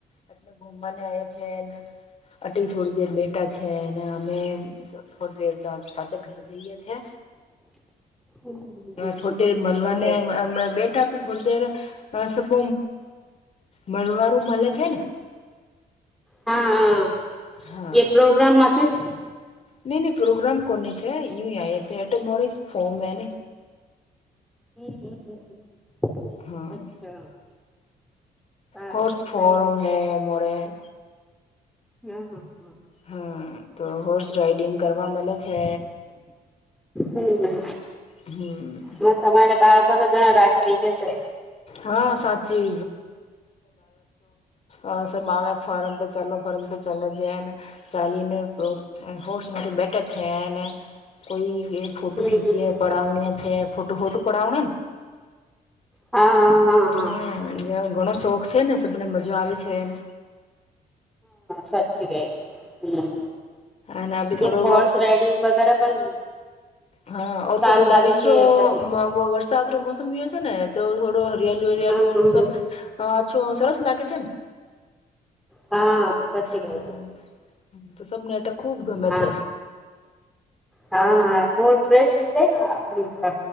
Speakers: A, on the left; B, in the centre.
A: એટલે ઘુમવાને આવ છે ને અટલી થોડી દેર બેટા છે અમે થોડી દેર પાક ઘરે જઈ છે
B: હમ
A: થોડી દેર મળવાને
B: સારું
A: બેઠા થોડી દેર સમ મલવારું મળે છે ને,
B: હા
A: હા
B: હ એ પ્રોગ્રામમાંથી
A: નહી ન પ્રોગ્રામ કોન છે છે એ મોરી ફોમ મેને
B: <unintelligible>
A: હમ્મ
B: અચ્છા સારું
A: હોર્સ ફોરમ
B: કઈ
A: હે મોરે.
B: હમ્મ હમ્મ
A: હમ્મ તો હોર્સ રાઈડિંગ કરવા મળે છે
B: હમ્મ
A: હમ
B: ને તમારે બાળકો ઘણા રાજી લઈ જ હશે
A: હા સાચી અ સ બાળ ફોર્મ પે ચાલો ફોર્મ પે ચાલ જન ચાલીને હો બેટ છેન કોઈ એ ફોટું
B: હમ
A: ખીંચી
B: હમ
A: પડાવણીય છે. ફોટું ફોટું પડાવણ ને
B: હા! હા હા
A: હમ્મ,
B: હા
A: ઘણો શોખ છે, ને સને મજા આવે છે એમ
B: સાચીરે હમ્મ!
A: અને બી થોડો
B: એ હોર્સ રાઈડિંગ વગેરે પણ
A: હા,
B: સારું
A: થોડો બારીશનો
B: લાગે છે એક
A: વરસાદ રો મોસમયોશે ને તો હરિયાળુ હરિયાલુ
B: હા
A: સબછો સરસ લાગે છે ને,
B: હા સાચી
A: હા,
B: ગ
A: તો સબનેટક ખુબ ગમે
B: હા
A: છે <inaudible>
B: હા હા! ફ્રેશ જાય આપણી